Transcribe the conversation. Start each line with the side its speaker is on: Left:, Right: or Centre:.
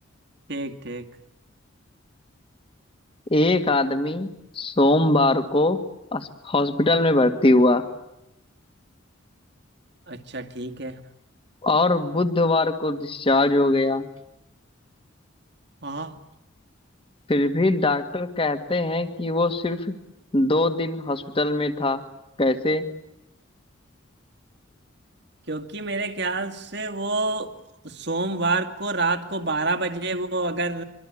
Right: ठीक ठीक
Left: एक आदमी सोमवार को अस- हॉस्पिटल में भर्ती हुआ
Right: अच्छा ठीक है
Left: और बुधवार को डिस्चार्ज हो गया
Right: हाँ
Left: फिर भी डॉक्टर कहते हैं कि वो सिर्फ दो दिन हॉस्पिटल में था कैसे
Right: क्योंकि मेरे ख्याल से वो सोमवार को रात को बारह बजे वो अगर